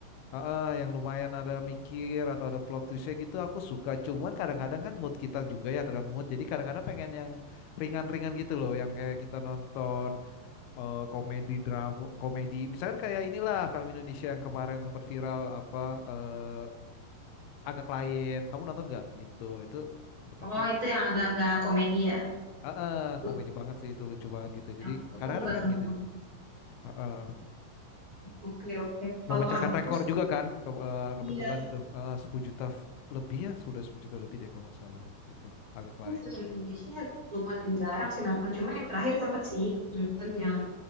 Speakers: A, on the left; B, on the right.
A: Heeh, yang lumayan ada mikir atau ada plot twistnya gitu aku suka cuman kadang-kadang kan mood kita juga ya tergantung mood jadi kadang-kadang pengen yang ringan-ringan gitu loh yang kayak kita nonton eh, komedi drama komedi misalkan kayak inilah film Indonesia yang kemarin sempat viral apa eh, agak lain kamu nonton nggak gitu itu menurut
B: Oh,
A: aku
B: itu yang agak-agak komedi ya.
A: eh, eh,
B: Lu-
A: komedi banget sih itu lucu banget gitu jadi
B: Aku, aku
A: kadang-kadang
B: nggak
A: pengen
B: sampai
A: gitu
B: nonton.
A: eh, eh.
B: Oke, oke. Kalau
A: memecahkan
B: aku
A: rekor
B: sih,
A: juga kan ke- eh,
B: iya.
A: kebetulan itu eh, 10 juta f- lebih ya sudah 10 juta lebih deh kalau nggak salah itu agak
B: Aku
A: lain
B: film Indonesia lumayan jarang sih nonton. Cuma yang terakhir sempat sih nonton yang